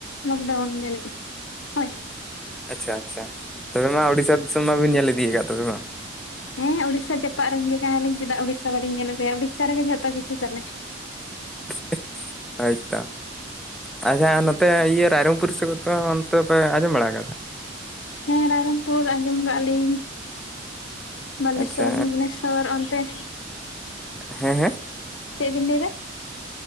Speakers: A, on the left; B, in the centre.
A: ᱞᱚᱠᱰᱟᱣᱩᱱ ᱧᱮᱞ ᱦᱳᱭ
B: ᱟᱪᱪᱷᱟ ᱟᱪᱪᱷᱟ ᱛᱚᱵᱮ ᱢᱟ ᱩᱲᱤᱥᱟ ᱫᱤᱥᱚᱢ ᱢᱟᱵᱤᱱ ᱧᱮᱞ ᱤᱫᱤᱭᱠᱟᱫ ᱛᱚᱵᱮ ᱵᱟᱝ
A: ᱦᱮᱸ ᱩᱲᱤᱥᱟ ᱡᱟᱯᱟᱜ ᱨᱮᱱ ᱜᱮ ᱠᱟᱱᱟ ᱞᱤᱧ ᱪᱮᱫᱟᱜ ᱩᱲᱤᱥᱟ ᱵᱟᱞᱤᱧ ᱧᱮᱞ ᱟᱹᱜᱩᱭᱟ᱾ ᱩᱲᱤᱥᱟ ᱨᱮ ᱡᱷᱚᱛᱚ ᱠᱤᱪᱷᱩ ᱛᱟᱞᱮ
B: <unintelligible> ᱦᱳᱭ ᱛᱚ ᱟᱪᱪᱷᱟ ᱱᱚᱛᱮ ᱤᱭᱟᱹ ᱨᱟᱭᱨᱚᱝᱯᱩᱨ ᱥᱩᱨ ᱫᱚ ᱱᱚᱛᱮ ᱯᱮ ᱟᱸᱡᱚᱢ ᱵᱟᱲᱟ ᱟᱠᱟᱫᱟ᱾
A: ᱦᱮᱸ ᱨᱟᱭᱨᱚᱝᱯᱩᱨ ᱟᱸᱡᱚᱢ ᱟᱠᱟᱫ ᱞᱤᱧ ᱵᱟᱞᱮᱥᱥᱚᱨ
B: ᱟᱪᱪᱷᱟ
A: ᱵᱷᱩᱵᱱᱮᱥᱥᱚᱨ ᱚᱱᱛᱮ
B: ᱦᱮᱸᱻᱦᱮᱸᱻ
A: ᱪᱮᱫ ᱵᱤᱱ ᱞᱟᱹᱭᱫᱟ